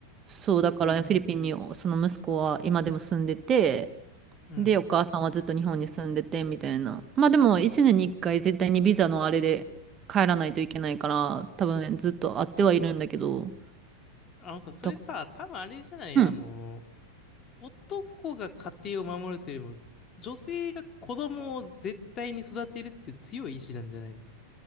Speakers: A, on the right; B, on the left.
A: そう、だからフィリピンにその息子は今でも住んでて、
B: うん、
A: で、お母さんはずっと日本に住んでて、みたいな。まあでも、
B: う
A: 1年に1回絶対にビザのあれで帰らないといけないから、多分ずっと会ってはいるんだけど、
B: ん。あのさ、それさ、
A: だ
B: 多分あれじゃない、
A: うん。
B: あの、男が家庭を守るというよりも、女性が子供を絶対に育てるっていう強い意志なんじゃないの